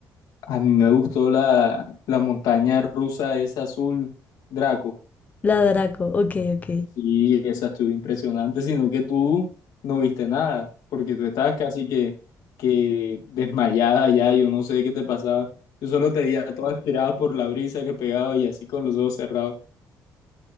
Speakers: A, on the left; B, on the left.
A: A mí me gustó la, la montaña rusa, esa azul, Draco.
B: La Draco. Ok, ok.
A: Sí, esa estuvo impresionante, sino que tú no viste nada, porque tú estabas casi que, que desmayada ya, yo no sé qué te pasaba. Yo solo te veía toda estirada por la brisa que pegaba y así con los ojos cerrados.